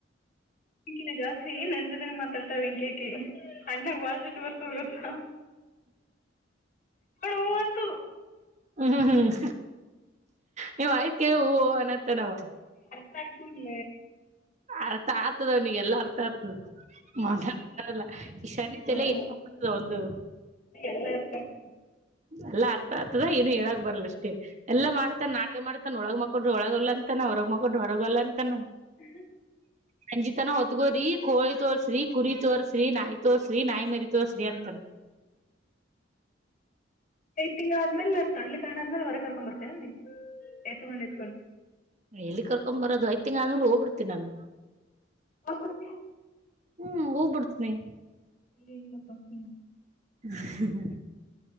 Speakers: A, on the left; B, on the right.
A: ಅಕಿನ ಜಾಸ್ತಿ ನನ್ ಜೊತೆನ ಮಾತಾಡ್ತಾವ ಇಂಕೇಕಿ. ಅಣ್ಣಂಗ ಬಳ್ದಿಟ್ಟು ಬರ್ತದ ಗೊತ್ತ ನ ಹಂತೂ.
B: ಹ್ಮ್ ಹ್ಮ್ ಹ್ಮ್ ನೀ ಆಯ್ತ ಕೆ ಹ ಅನ್ನತ ನವ.
A: ಕರ್ಪೂರ್ಲ್ಲ.
B: ಅರ್ಥ ಆಗ್ತದ ಅವನಿಗೆ ಎಲ್ಲಾ ಅರ್ಥ ಆಗ್ತದ. ಮದಲ್ಲ ಈ ಸನ್ನಿತೆಲ್ಲ
A: ಹ್ಮ್
B: ಎಲ್ಲ ಮಾಡ ಒಂದು.
A: ಎಲ್ಲ. ಆಗ್ತಿಲ್ಲ
B: ಎಲ್ಲಾ ಅರ್ಥ ಆರ್ತದ ಏನು ಹೇಳಕ್ ಬರಲ್ಲ ಅಷ್ಟೇ ಎಲ್ಲ ಮಾಡ್ತಾನನ್ ನಾಟಕ ಮಾಡ್ತಾನ ಒಳಗ ಮಕ್. ಕ ಡೋಳ ಗಲ್ಲಾನಂತ ನ ಹೊರಂಗ್ಕ ಡರ ಗಲ್ಲಾಂತಾ.
A: ಹ.
B: ಸಂಂಜಿತನ ಹೊತ್ಗೋರಿ ಕೋಳಿ ತೋಸ್ರಿ ಕುರಿ ತೋರ್ಸ್ರಿ ನಾಯಿ ತೋರ್ಸ್ರಿ ನಾಯಿ ಮರಿ ತೋರ್ ಅಂತನ್. <inaudible>
A: ತಿಂಗಳ ಆದ್ಮೇಲೆ ತೊಡ್ಲಿ ಕಣ ಆದ್ಮೇಲೆ ಹೊರೆಗೆ ಕರ್ಕೊಂಡ್ ಬರ್ತೇವಗೆ ಎತ್ಕೊಂಡ್ ಎಚ್ಕೊಂಡು.
B: ಎಲ್ಲಿ ಕರ್ಕೊ್ ಬರೋದು ಐ್ತಿಂಗ ಅ ಆದ ಹೋಗ್ಬಿಡ್ತಿ ನಾನು.
A: ಹ ಹಡ್ತ
B: ಹ್ಮ್ ಹೋಗಬಿಡ್ತನಿ
A: ಇಲ್ಲನಲ್ಲ ಪತೀ
B: ಹ್ಮ